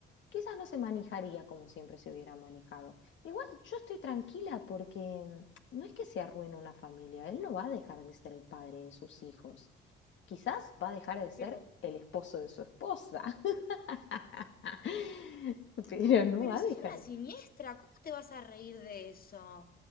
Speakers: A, on the left; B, on the left.
A: quizás no se manejaría como siempre se hubiera manejado. Igual yo estoy tranquila porque mm, no es que se arruine una familia, él no va a dejar de ser el padre de sus hijos, quizás va a dejar de ser
B: Pero,
A: el esposo de su esposa, <laughs> pero no
B: pero
A: va a
B: sos
A: dejar.
B: una siniestra, ¿cómo te vas a reír de eso?